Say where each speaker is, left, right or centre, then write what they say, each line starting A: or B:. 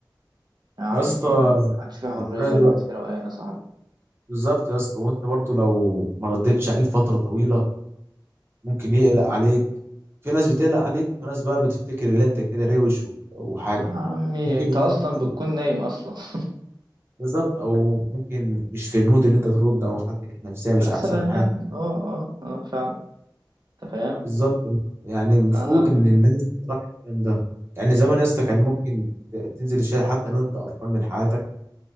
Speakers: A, on the right; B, on the right.
A: يا عمي
B: يا اسطى
A: ما عادش في حرية
B: الفرق دلوقتي
A: ولا عادش في روقان يا صاحبي
B: بالظبط يا اسطى وانت برضو لو ما ردتش عليه لفتره طويله ممكن يقلق عليك في ناس بتقلق عليك وفي ناس بقى بتفتكر ان انت كده روش و- وحاجه
A: يا عمي
B: ممكن
A: انت
B: يبقى-
A: اصلا بتكون نايم اصلا <laughs>
B: بالظبط او ممكن مش في المود ان انت ترد او حالتك النفسيه مش
A: مثلا
B: احسن حاجه
A: يعني اه اه اه فعلا انت فاهم
B: بالظبط يعني المفروض
A: انا
B: ان الناس تراعي الكلام ده يعني
A: ش-
B: زمان يا اسطى كان ممكن ت- تنزل الشارع حتى لو انت قرفان من حياتك